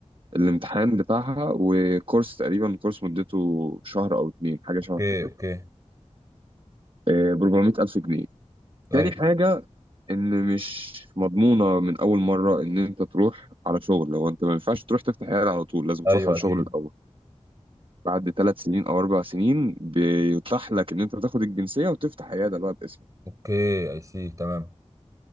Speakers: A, on the right; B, on the right.
A: الامتحان بتاعها وكورس تقريبا كورس مدته شهر او اتنين حاجه شهر
B: اوكي
A: كده
B: اوكي
A: ب 400000 جنيه
B: ايوه
A: تاني حاجة إن مش مضمونة من أول مرة إن أنت تروح على شغل لو أنت ما ينفعش تروح تفتح عيادة على طول لازم
B: ايوه
A: تروح على
B: اكيد
A: شغل الأول بعد ثلاث سنين أو أربع سنين بيتاح لك إن أنت تاخد الجنسية وتفتح عيادة بقى باسمك
B: اوكي اي سي تمام